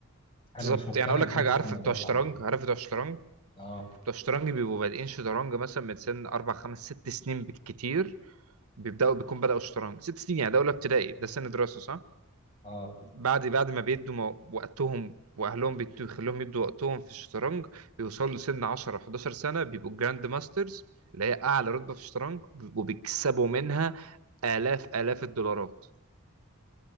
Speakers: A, on the left; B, on the right.
A: انا
B: بالظبط
A: مش مقتنع
B: يعني اقول
A: بكونسيبت
B: لك حاجة عارف
A: المدرسه
B: بتوع الشطرنج
A: عامه
B: عارف بتوع الشطرنج
A: اه
B: بتوع الشطرنج بيبقوا بادئين شطرنج مثلا من سن اربع خمس ست سنين بالكتير بيبداوا بيكون بداوا الشطرنج ست سنين يعني ده اولى ابتدائي ده سن دراسه صح؟
A: اه
B: بعد بعد ما بيدوا مو- وقتهم واهلهم بيدوا- بيخلوهم يدوا وقتهم في الشطرنج بيوصلوا لسن 10 11 سنه بيبقوا جراند ماسترز اللي هي اعلى رتبه في الشطرنج وبيكسبوا منها الاف الاف الدولارات